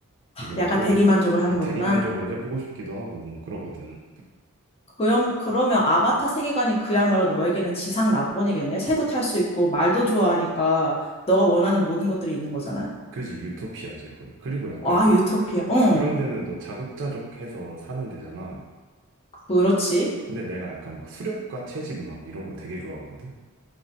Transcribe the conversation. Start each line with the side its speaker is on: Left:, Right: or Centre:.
Right: 이제
Left: 약간
Right: 또
Left: 대리만족을 하는 거구나.
Right: 대리만족을 해보고 싶기도 하고 그러거든.
Left: 그럼, 그러면 아바타 세계관이 그야말로 너에게는 지상 낙원이겠네. 새도 탈 수 있고 말도 좋아하니까 너가 원하는 모든 것들이 있는 거잖아.
Right: 그지, 유토피아지 거의. 그리고 약간
Left: 와, 유토피아.
Right: 그,
Left: 응,
Right: 그런 데는 또 자급자족해서 사는 데잖아.
Left: 그렇지.
Right: 근데 내가 약간 막 수렵과 채집 막 이런 거 되게 좋아하거든.